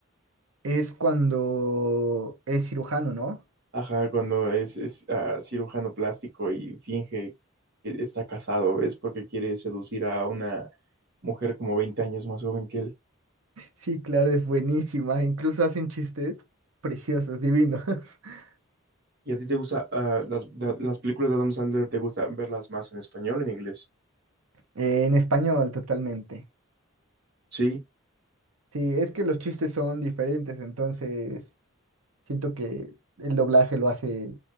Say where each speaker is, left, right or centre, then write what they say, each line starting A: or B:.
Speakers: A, on the right; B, on the right.
A: es cuando es cirujano, ¿no?
B: Ajá, cuando es, es, ah, cirujano plástico y finge que está casado, ¿ves? Porque quiere seducir a una mujer como 20 años más joven que él.
A: Sí, claro, es buenísima, incluso hacen chistes preciosos, divinos, <laughs>
B: ¿Y a ti te gusta, ah, las, da- las películas de Adam Sandler, te gusta verlas más en español o en inglés?
A: Eh, en español totalmente.
B: Sí,
A: Sí, es que los chistes son diferentes, entonces siento que el doblaje lo hace